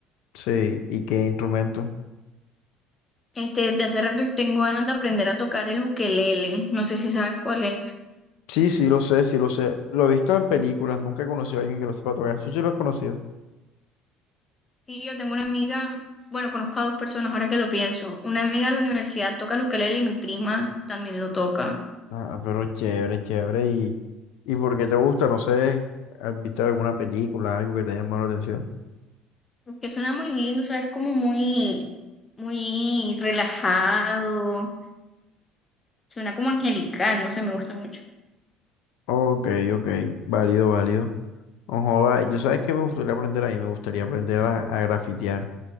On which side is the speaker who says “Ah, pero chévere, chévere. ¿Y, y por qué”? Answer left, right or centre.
Left